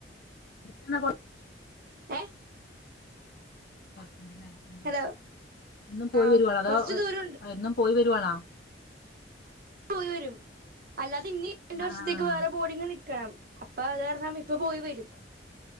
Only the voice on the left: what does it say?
<unintelligible>
കൊറച്ചുണ്ടല്ലേ ആഹ്
എന്നും പോയി
വരുവാ ണോ അതോ
എന്നും പോയി വരുവാണ.
ആഹ്
ആഹ്